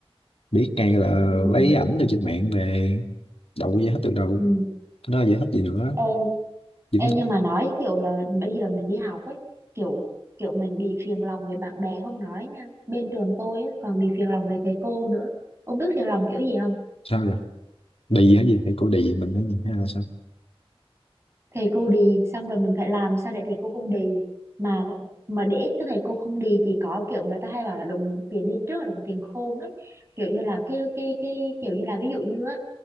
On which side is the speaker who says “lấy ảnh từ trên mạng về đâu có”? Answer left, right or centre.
Left